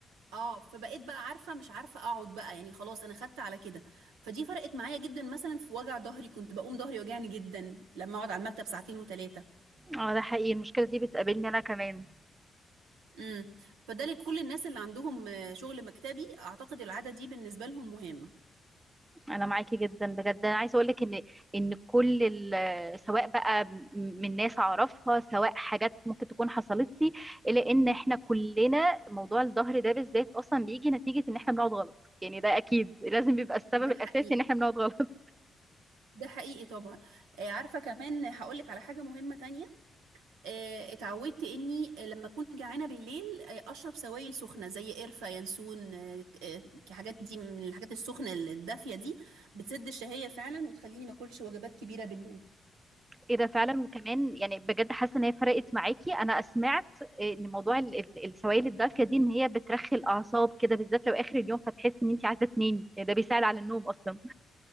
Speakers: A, on the right (about 80°); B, on the right (about 25°).
A: اه فبقيت بقى عارفه مش عارفه اقعد بقى يعني خلاص انا خدت على كده فدي فرقت معايا جدا مثلا في وجع ظهري كنت بقوم ظهري يوجعني جدا لما اقعد على المكتب ساعتين وثلاثه
B: اه ده حقيقي المشكلة دي بتقابلني انا كمان
A: امم فده لكل الناس اللي عندهم آه، شغل مكتبي اعتقد العاده دي بالنسبه لهم مهمه
B: انا معاكي جدا بجد انا عايزة اقولك ان ان كل ال- سواء بقى م- من ناس اعرفها سواء حاجات ممكن تكون حصلت لي الا ان احنا كلنا موضوع الظهر ده بالذات اصلا بيجي نتيجة ان احنا بنقعد غلط يعني ده اكيد لازم بيبقى السبب
A: ده
B: الاساسي
A: حقيقي
B: ان احنا بنقعد غلط
A: ده حقيقي طبعا آه، عارفه كمان هقول لك على حاجه مهمه تانية آه، اتعودت اني لما اكون جعانه بالليل آه، اشرب سوائل سخنه زي قرفه ينسون آه، آه، الحاجات دي من الحاجات السخنه الدافيه دي بتسد الشهيه فعلا وتخليني ما اكلش وجبات كبيره بالليل
B: إيه ده فعلا وكمان يعني بجد حاسة إن هي فرقت معاكي أنا سمعت إن موضوع ال- ال- السوائل الدافية دي إن هي بترخي الأعصاب كده بالذات لو آخر اليوم فتحس إن أنت عايزة تنامي يعني ده بيساعد على النوم أصلا